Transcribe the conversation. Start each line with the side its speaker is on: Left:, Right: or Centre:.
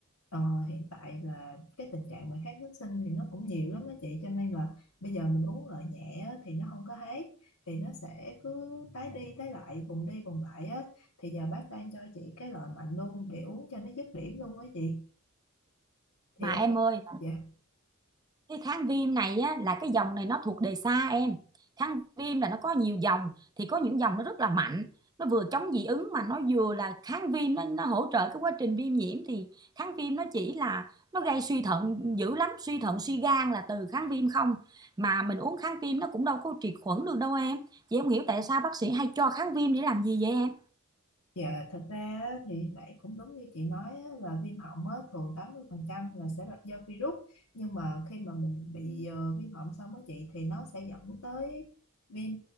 Left: Ờ, hiện tại là cái tình trạng mà kháng kháng sinh thì nó cũng nhiều lắm đó chị cho nên là bây giờ mình uống loại nhẹ á, thì nó không có hết thì nó sẽ cứ tái đi tái lại vùng đi vùng lại á thì giờ bác đang cho chị cái loại mạnh luôn để uống cho nó dứt điểm luôn á chị thì
Right: mà
Left: em
Right: em
Left: nghĩ
Right: ơi
Left: dạ
Right: cái kháng viêm này á, là cái dòng này nó thuộc đề xa em kháng viêm là nó có nhiều dòng thì có những dòng nó rất là mạnh nó vừa chống dị ứng mà nó vừa là kháng viêm nó, nó hỗ trợ cái quá trình viêm nhiễm thì kháng viêm nó chỉ là nó gây suy thận dữ lắm suy thận suy gan là từ kháng viêm không mà mình uống kháng viêm nó cũng đâu có triệt khuẩn được đâu em chị không hiểu tại sao bác sĩ hay cho kháng viêm để làm gì vậy em
Left: Dạ, thật ra á, thì lại cũng đúng như chị nói á, là viêm họng á, thường 80% là sẽ là do virus nhưng mà khi mà mình bị ờ, viêm họng xong á chị thì nó sẽ dẫn tới viêm